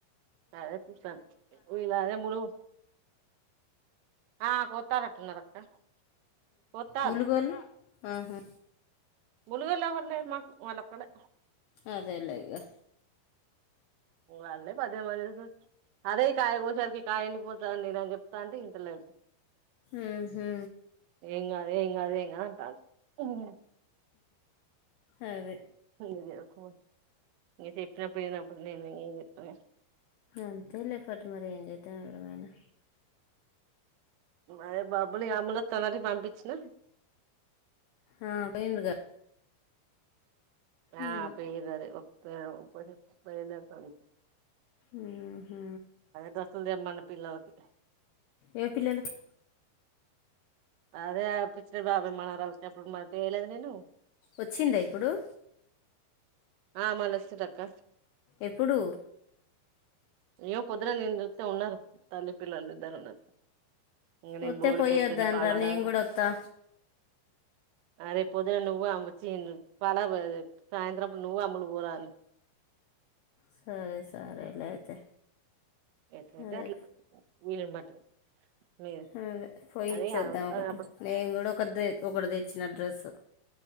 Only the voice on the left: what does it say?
ములుగోళ్ళు ఆహా.
అదేలే ఇక
ఉహు.
అదే
అంతే లే పాటు మరి ఏం చె తే ఎవరినైనా
ఆ, పోయిండుగా
ఉమ్.
ఉహు
ఏ పిల్లలకి,
వచ్చిందా ఇప్పుడు
ఎప్పుడు
వస్తే
పోయొద్దానరా
నేను కూడా వస్తా
సరే సరే లేఅయితే
అదే
అదే పోయి
ఇచ్చి వాదం
ఒకటి నేను కూడా ఒకటి డ్రె తే ఒకటి తెచ్చిన డ్రస్సు